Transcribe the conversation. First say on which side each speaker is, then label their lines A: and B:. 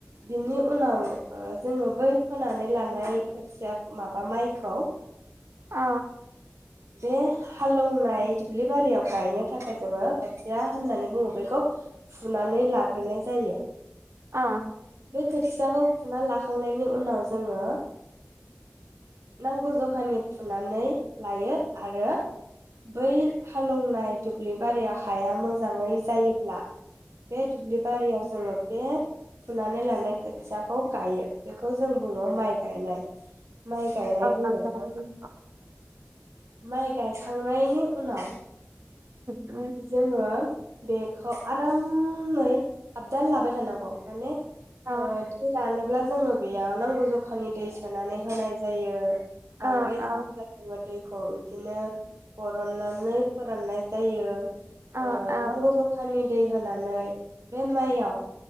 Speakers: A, on the right (about 90°); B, on the right (about 65°).
A: बिनि उनाव ओ जोङो बै फोनानै लानाय खोथिया माबा माइखौ
B: अ
A: बे हालेवनाय दुब्लि बारियाव गायनो थाखाय जोङो खोथिया होननानै बुङो बेखौ फुनानै लाग्रोनाय जायो।
B: ओ
A: बे खोथियाखौ फुना लाखांनायनि उनाव जोङो नांगौ ज'खानि फुनानै लायो। आरो बै हालेवनाय दुब्लि बारियाव हाया मोजाङै जायोब्ला बे दुब्लि बारियाव जोङो बेब फुनानै लानाय खोथियाखौ गायो। बेखौ जों बुङो माइ गायनाय माइ गायनाय बुङो।
B: नंगौ उम
A: माइ गायखांनायनि उनाव
B: उम
A: जोङो बेखौ आरामै आपडान लाबाय थानांगौ। माने
B: औ
A: ओ दै रानोब्लाज जोङो बेयाव नांगौ जखानि दै सोनानै होनाय जायो। बांद्राय
B: औ औ
A: <unintelligible> दै खौ इदिनो बर'ननानै फोराननाय जायो।
B: औ
A: ओ
B: औ
A: नांगौ जखानि दै होनानै बे माइआव